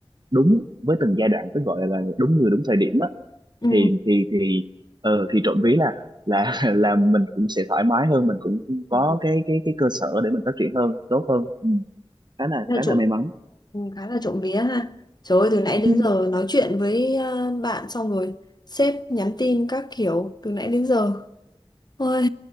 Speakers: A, on the right; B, on the left.
A: đúng với từng giai đoạn tức gọi là đúng người đúng thời điểm á
B: Ừ.
A: thì thì thì ờ, thì trộm vía là là <laughs> là mình cũng sẽ thoải mái hơn mình cũng
B: Ờ,
A: có cái cái cái cơ sở để mình phát triển hơn tốt hơn ừ. khá là
B: nói
A: khá
B: chung
A: là may mắn
B: Ừ, khá là trộm vía ha. Trời ơi, từ nãy đến
A: ừ.
B: giờ nói chuyện với ờ, bạn xong rồi sếp nhắn tin các kiểu từ nãy đến giờ. Ôi,